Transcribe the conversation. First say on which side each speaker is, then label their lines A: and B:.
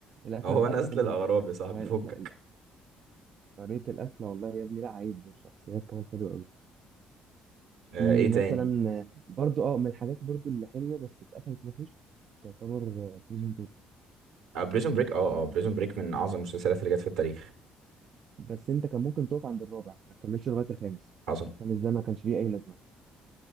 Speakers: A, on the right (about 55°); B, on the right (about 80°).
A: القفله
B: هو
A: بتاعته
B: نسل
A: حلوه
B: الاغراب
A: جدا
B: يا صاحبي
A: والله القفله
B: فكك
A: ال- طريقه القفله والله يا ابني لا عيب الشخصيات كمان حلوه قوي
B: آه
A: في
B: ايه
A: مثلا
B: تاني
A: آه، برضو اه من الحاجات برضو اللي حلوه بس اتقفلت وحش تعتبر بريزون بريك
B: آه بريزون بريك اه اه بريزون بريك من اعظم المسلسلات اللي جت في التاريخ
A: بس انت كان ممكن تقف عند الرابع ما تكملش لغايه الخامس
B: حصل
A: الخامس ده ما كانش ليه اي لازمه